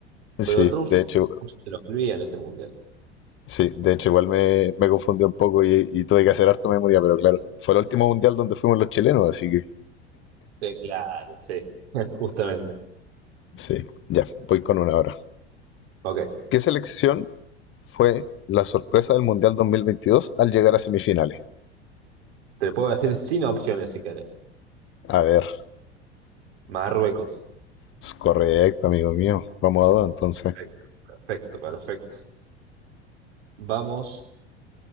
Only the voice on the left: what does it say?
sí,
de hecho,
sí, de hecho igual me, me confundí un poco y, y tuve que hacer harta memoria, pero claro, fue el último mundial donde fuimos los chilenos, así que
sí, ya, voy con una ahora.
¿Qué selección fue la sorpresa del Mundial 2022 al llegar a semifinales?
A ver,
es correcto, amigo mío. Vamos a dos entonces.